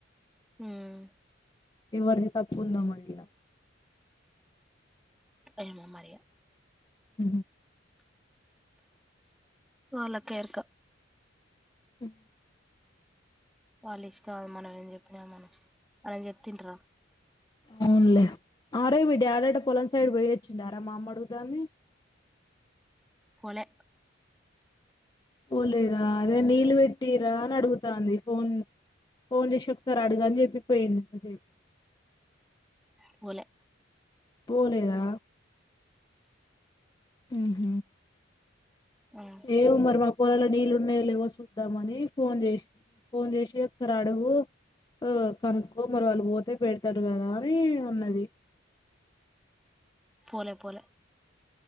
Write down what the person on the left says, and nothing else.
ఎవరిది తప్పుందో మరి ఇలా
హ
అహ
అవునులే ఆరే మీ డాడీ అంట పొలం సైడ్ పోయి చిన్నార మామడుుతామే
పోలేదా అదే నీళ్ళు పెట్టిరా అని అడుగుతాంది ఫోన్ ఫోన్ చేసి ఒకసారి అడుగాని చెప్పిపోయింది కాసేపు
పోలేదా హ్మ్మ్
ఏ ఉ మరి మా పాలలో నీళ్ళ ఉన్నాయి లేవో చూద్దామని ఫోన్ చేసి ఫోన్ చేసి ఒకసారి అడుగు ఆ కనుక్కో మరి వాళ్ళు పోతే పెడతారు కదా అని అన్నది